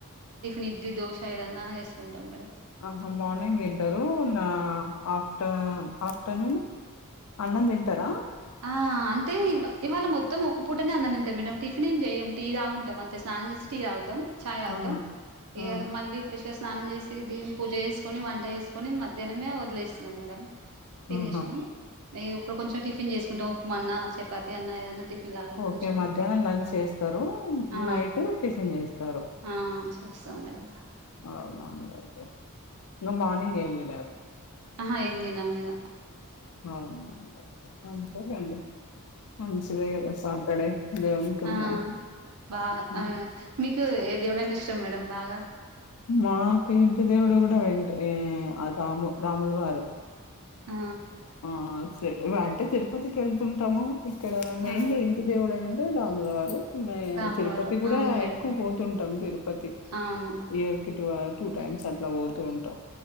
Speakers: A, on the right (about 85°); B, on the left (about 70°).
A: నిద్ది దోశ ఏదైన్నా వేదన ఏ సుకుంటామ్ మెడం
B: ఆహా మార్నింగ్ వింటారు నా ఆఫ్టర్నూన్ ఆఫ్టర్నూన్ అన్నంతింటారా
A: ఆ అంటే ఇవాళ మొత్తం ఒక్క పూటనే అన్నదింటాయి మేడంమ్ టిఫిన్ ఏం చేయం టీ రాాగుంటాం అంతే స్నానం చేసి టీ తాగుతాం చాయ్ తాగుతం
B: ఆ! ఆ!
A: ఇగ మం వి ఫే షే స్ స్నానం చేసి ది యింపూజ చేేసుకొని వంట వేసుకొని మధ్యాహ్నమే వదిలేస్తున్నాం మేడం తినేసినాం
B: ఆహా!
A: న ఇప్పుడు కొంచెం టిఫిన్ చేసుకుంటాం ఉప్మా అన్న చపాతి అన్న ఏదన్నా టిఫిన్ లాగా
B: ఓకే
A: కొంచెం
B: మధ్యాహ్నం
A: తింటాం
B: లంచ్ చేస్తారు
A: ఆ
B: నైట్ టిఫిన్ చేస్తారు
A: ఆ చేస్తాం మేడంమ్
B: అ మ ముల్‌ ఆ తెమార్నింగ్ అయి అ
A: ఆహ ఏం త నా మీద
B: <inaudible> మంచిదే కదా! సాటర్‌డే
A: <inaudible>
B: దేవునికి ఉన్నాడు.
A: ఆ బా
B: హ్మ్.
A: ఆ మి టు ఏది ఎవడంటె ఇష్టం మేడం బాగా
B: మాకు ఇంటి దేవుడు కూడా వెంట రాము రాములు వారు
A: ఆ
B: ఆ సరే అంటే తిరుపతికి వెళ్తుంటాము ఇక్కడ మెయిన్
A: ఆ
B: గా ఏంటి దేవుడు అంటే అమళవారు మ
A: రాముల
B: తిరుపతి
A: వారు
B: కూడా
A: అవును మేడం
B: ఎక్కువ పోతుంటాం తిరుపతి
A: అవును
B: ఇయర్ కి టూ టైమ్స్ అట్లా పోతూ ఉంటావు